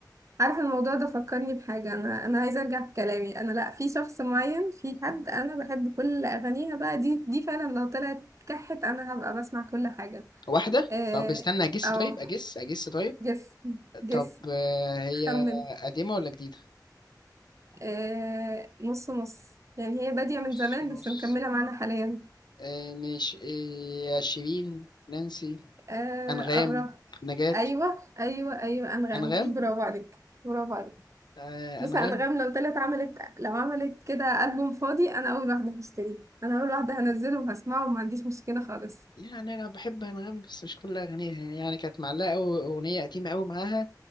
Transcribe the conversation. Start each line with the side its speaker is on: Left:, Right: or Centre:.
Right: عارف الموضوع ده فكرني بحاجة أنا أنا عايزة أرجع في كلامي أنا لأ في شخص معين في حد أنا بحب كل أغانيها بقى دي دي فعلا لو طلعت كحت أنا هبقى بسمع كل حاجة
Left: واحدة
Right: آه،
Left: طب استنى أجس
Right: أو
Left: طيب أجس أجس طيب
Right: جس جس
Left: طب آه هي
Right: خمن
Left: قديمة ولا جديدة؟
Right: آه، نص نص يعني هي بادية من
Left: نص
Right: زمان
Left: نص
Right: بس مكملة معانا حاليا
Left: آه مش آه شيرين نانسي
Right: آه،
Left: أنغام
Right: قرب
Left: نجاة
Right: أيوة أيوة أيوة أنغام
Left: أنغام
Right: <laughs> برافو عليك برافو عليك
Left: آه
Right: بص
Left: أنغام
Right: انغام لو طلعت عملت لو عملت كده ألبوم فاضي انا اول واحده هشتريه انا اول واحده هنزله وهسمعه وما عنديش مشكله خالص
Left: يعني انا بحب انغام بس مش كل اغانيها يعني كانت معلقه قوي اغنيه قديمه قوي معاها